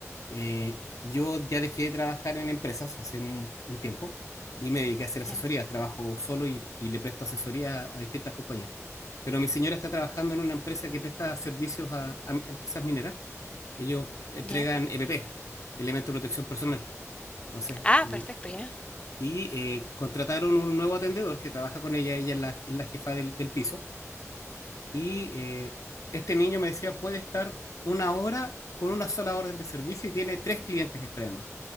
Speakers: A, on the left (about 85°); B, on the left (about 20°).
A: Eh, yo ya dejé de trabajar en empresas hace un, un tiempo y me dediqué a hacer asesorías.
B: Ya,
A: Trabajo solo y, y le presto asesoría a, distintas compañías. Pero mi señora está trabajando en una empresa que presta servicios a, a empresas mineras. Ellos entregan
B: ya.
A: EPP, Elemento de Protección Personal. Entonces,
B: Ah,
A: eh,
B: perfecto, ya.
A: y eh, contrataron un nuevo atendedor que trabaja con ella. Ella es la, es la jefa del, del piso. Y eh, este niño me decía, puede estar una hora con una sola orden de servicio y tiene tres clientes esperando